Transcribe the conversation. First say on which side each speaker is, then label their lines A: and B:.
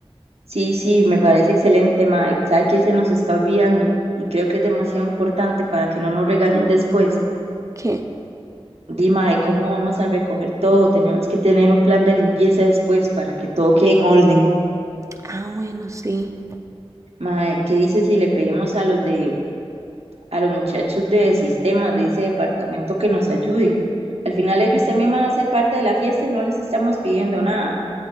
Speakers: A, on the right; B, on the right.
A: Sí, sí, me parece excelente, mae. ¿Sabe qué se nos está olvidando? Y creo que es demasiado importante para que no nos regañen después.
B: ¿Qué?
A: Dima, de cómo vamos a recoger todo. Tenemos que tener un plan de limpieza después para que todo quede en orden.
B: Ah, bueno, sí.
A: Mae, ¿qué dices si le pedimos a los de a los muchachos de sistemas de ese departamento que nos ayuden. Al final ellos también van a ser parte de la fiesta y no les estamos pidiendo nada.